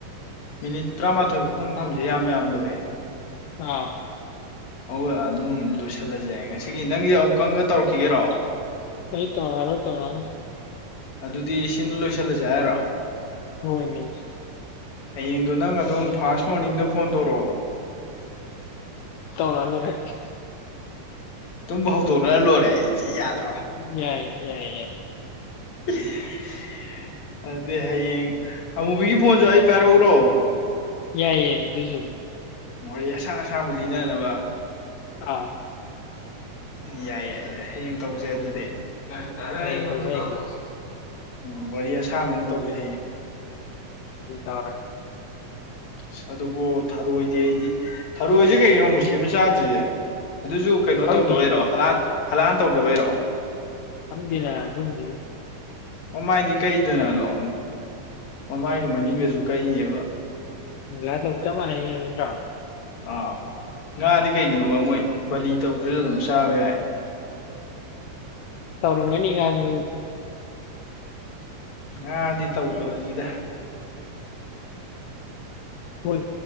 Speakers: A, on the left; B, on the left.
A: ꯃꯤꯅꯤꯠ ꯇꯔꯥꯃꯥꯊꯣꯏ ꯐꯨꯛꯇꯪ ꯊꯝꯁ ꯌꯥꯝ ꯌꯥꯝꯗꯕꯦ
B: ꯑꯥ
A: ꯑꯣ ꯑꯗꯨꯝ ꯂꯣꯏꯁꯤꯜꯂꯁꯦ ꯉꯁꯤꯒꯤ ꯅꯪꯁ ꯑꯃꯨꯛꯀꯪꯒ ꯇꯧꯔꯛꯈꯤꯒꯦꯔꯣ
B: ꯑꯩ ꯇ ꯍꯥꯏꯔ ꯇꯧꯔ
A: ꯑꯗꯨꯗꯤ ꯁꯤꯅ ꯂꯣꯏꯁꯤꯜꯂꯁꯦ ꯍꯥꯏꯔꯣ
B: ꯍꯣꯏ ꯃꯤ
A: ꯍꯌꯦꯡꯗꯨꯣ ꯅꯪ ꯑꯗꯨꯝ ꯐꯥꯔꯁ ꯃꯣꯔꯅꯤꯡꯗ ꯐꯣꯟ ꯇꯧꯔꯛꯑꯣ
B: ꯇꯧꯔꯛ ꯂꯔꯦ
A: ꯇꯨꯝꯕ ꯍꯧꯗꯣꯛꯅꯔ ꯂꯣꯏꯔꯦ ꯑꯩꯁꯦ ꯌꯥꯗ
B: ꯌꯥꯏ ꯌꯥꯏꯏ
A: <unintelligible> ꯑꯗꯨꯗ ꯍꯌꯦꯡ ꯑꯃꯨꯕꯤꯒꯤ ꯐꯣꯟꯁꯨꯏ ꯄꯥꯏ ꯔꯛ ꯎꯔꯣ
B: ꯌꯥꯏꯌꯦ ꯌꯥꯏ ꯑꯗꯨꯖ
A: ꯃꯣꯔꯣꯏ ꯑꯁꯥꯡ ꯑꯁꯥꯡꯕꯨ ꯂꯤꯅꯅꯕ
B: ꯑꯥ
A: ꯌꯥꯏ ꯌꯥꯏ ꯌꯥꯏ ꯍꯌꯦꯡ ꯇꯧꯁꯦ ꯑꯗꯨꯗꯤ ꯀ ꯇꯔꯒ
B: ꯍꯌꯦꯡ
A: ꯑꯩ ꯌꯥꯝꯗꯗꯈ
B: ꯇꯧꯁꯤ ꯍꯌꯦꯡ ꯇꯧꯁꯤ
A: ꯎꯝ ꯋꯥꯔꯤ ꯑꯁꯥꯕ ꯑꯃ ꯇꯧꯁ ꯍꯌꯦ
B: ꯆ
A: ꯑꯁ ꯑꯗꯨꯕꯨ ꯊꯔꯣꯏꯗꯤ ꯑꯩꯗꯤ ꯊꯔꯣꯏꯁꯦ ꯀꯩꯒꯤꯅꯣ ꯃꯨꯁꯂꯤꯝ ꯆꯥꯗ꯭ꯔꯤꯁꯦ ꯑꯗꯨꯁꯨ ꯀꯩꯅꯣ
B: ꯈꯪꯗꯤꯌꯦ
A: ꯇꯧꯗꯧꯕꯩꯔꯣ ꯍꯂꯥꯟ ꯍꯂꯥꯟ ꯇꯧꯗꯧꯕꯩꯔꯣ
B: ꯊꯒꯅ ꯊꯝꯒꯤ
A: ꯃꯃꯥꯏꯗꯤ ꯀꯛꯏꯗꯅ ꯑꯗꯣ ꯃꯃꯥꯏꯒ ꯃꯅꯤꯡꯒꯁꯨ ꯀꯛꯏꯅꯦꯕ
B: ꯏ ꯃꯅꯤꯠꯇ꯭ꯔ
A: ꯑꯥ ꯉꯥꯗꯤ ꯀꯩꯒꯤꯅꯣꯕ ꯃꯣꯏ ꯕꯥꯂꯤ ꯇꯧꯗꯁꯨ ꯑꯗꯨꯝ ꯆꯥꯕ ꯌꯥꯏ <unintelligible>
B: ꯇꯧꯔ ꯑꯗꯨ
A: ꯉꯥꯗꯤ ꯇꯧꯗꯕꯅꯤꯗ
B: ꯃꯣꯏ